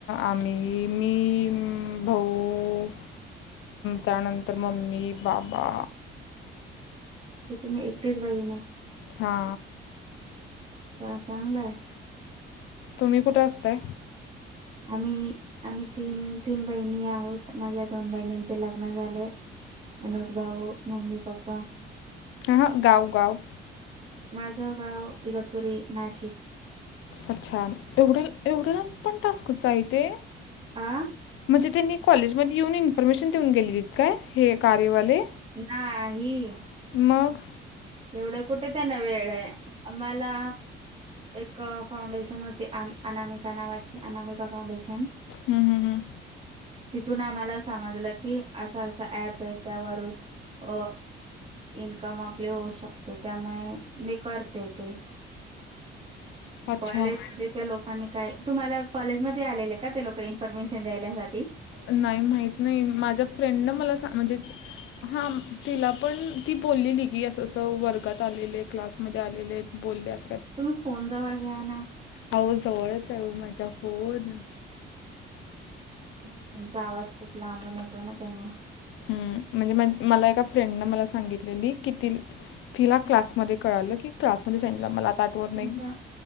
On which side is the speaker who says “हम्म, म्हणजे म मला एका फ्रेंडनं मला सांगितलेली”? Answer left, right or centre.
Left